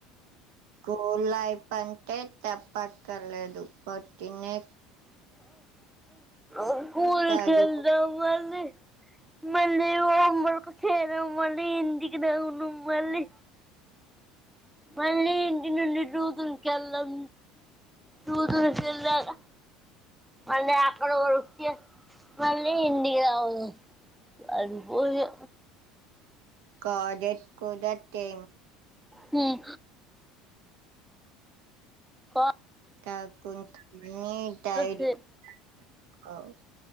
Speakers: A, on the right (about 80°); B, in the centre.
A: కూలి అయప్ప అంటే చెప్పక్కర్లేదు పొద్దునే
B: స్కూల్కెళ్దా
A: చదువు
B: మని మళ్ళీ హోం వర్క్ చేదామని ఇంటికి <unintelligible> మళ్ళీ మళ్ళీ ఇంటి నుండి ట్యూషన్కెళ్దాం ట్యూషన్ కెల్లాక మళ్ళీ అక్కడ నుంచి మళ్ళీ ఇంటికి రావడం అయిపోయ
A: కోదట్ కూడా సమె
B: హ్మ్ కో
A: కాకుంట్ <unintelligible>
B: సేమ్.